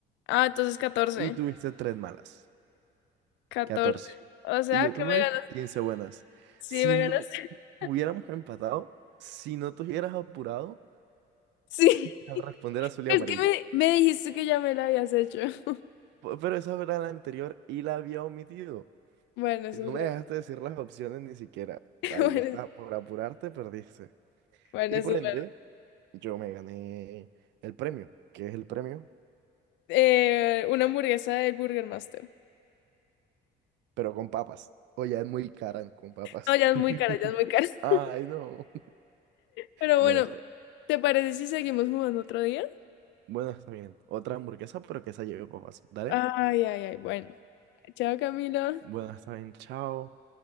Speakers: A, on the left (about 80°); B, on the right (about 75°).
A: Ah, entonces catorce
B: y tuviste tres malas,
A: catorce
B: 14.
A: O sea,
B: Y yo
A: que
B: tuve
A: me ganaste.
B: 15 buenas.
A: Sí,
B: Si
A: me
B: no
A: ganaste. <laughs>
B: hubiéramos empatado, si no te hubieras apurado
A: Sí.
B: a responder azul y
A: Es
B: amarillo.
A: que me, me dijiste que ya me la habías hecho. <laughs>
B: P- Pero esa era la anterior y la había omitido.
A: Bueno, eso
B: Y no
A: es
B: me
A: verdad.
B: dejaste decir las opciones ni siquiera.
A: <laughs>
B: Ahí
A: Bueno,
B: está, por apurarte perdiste.
A: bueno,
B: Y
A: eso
B: por
A: es
B: ende,
A: verdad.
B: yo me gané el premio, que es el premio,
A: Eh, una hamburguesa del Burger Master.
B: pero con papas. O ya es muy cara con papas.
A: No, ya
B: <laughs>
A: es muy cara, ya es muy cara. <laughs>
B: Ay, no.
A: Pero
B: Bueno,
A: bueno,
B: está,
A: ¿te parece si seguimos jugando otro día?
B: bueno, está bien. Otra hamburguesa, pero que esa lleve papas. Dale.
A: Ay, ay, ay. Bueno. Chao, Camilo.
B: Bueno, está bien. Chao.